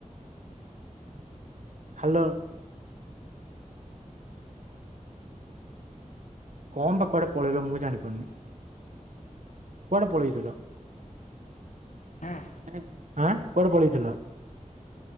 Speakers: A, on the right; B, on the left.
A: ହାଲୋ। କଣ ତ କୁଆଡେ ପଳେଇଲ ମୁଁ କ- ଜାଣିପାରୁନି?
B: ହୁଁ ହୁଁ ହୁଁ
A: କୁଆଡେ ପଳେଇଥିଲ?
B: ହଁ।
A: ଆଁ, କୁଆଡେ ପଳେଇଥିଲ?